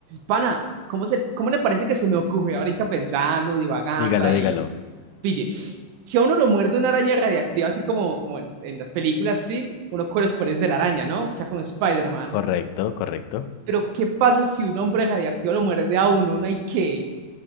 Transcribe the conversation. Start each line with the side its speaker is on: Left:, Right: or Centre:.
Right: Pana, ¿cómo, se, ¿cómo le parece que se me ocurre ahorita pensando, divagando
Left: Dígalo,
Right: ahí?
Left: dígalo.
Right: Pille, si a uno lo muerde una araña radiactiva, así como, como en, en las películas, sí, uno con los poderes de la araña, ¿no? Queda como Spider-Man.
Left: Correcto, correcto.
Right: Pero, ¿qué pasa si un hombre radiactivo lo muerde a uno? ¿Uno hay qué?